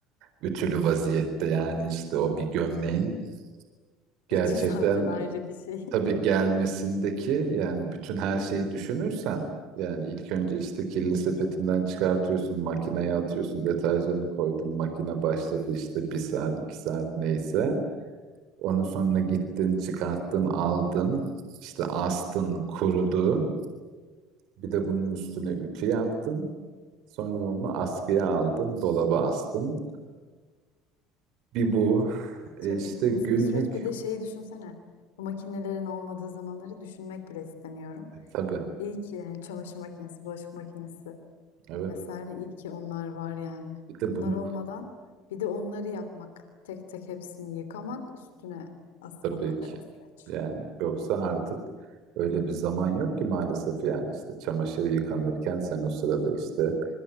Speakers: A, on the right (about 65°); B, on the left (about 85°).
A: ütülü vaziyette yani işte o bir gömleğin gerçekten
B: Ütü <laughs> zaten ayrı bir şey.
A: tabii
B: <laughs>
A: gelmesindeki yani bütün her şeyi düşünürsen yani ilk önce işte kirli sepetinden çıkartıyorsun makineye atıyorsun deterjanı koydun makine başladı işte bir saat iki saat neyse onun sonra gittin çıkarttın aldın işte astın kurudu bir de bunun üstüne ütü yaptım. Sonra onu askıya aldım, dolaba astım. Bir bu E
B: Tabii
A: işte günlük
B: uzun bir süreç. Bir de şeyi düşünsene. Bu makinelerin olmadığı zamanları düşünmek bile istemiyorum.
A: E, tabii
B: İyi ki yani çamaşır makinesi, bulaşık makinesi
A: evet.
B: vesaire iyi ki onlar var yani.
A: Bir de
B: Onlar
A: bunu
B: olmadan bir de onları yapmak, tek tek hepsini yıkamak, üstüne asmak
A: tabii ki.
B: ve o süreç.
A: Yani yoksa artık öyle bir zaman yok ki maalesef yani işte çamaşır yıkanırken sen o sırada işte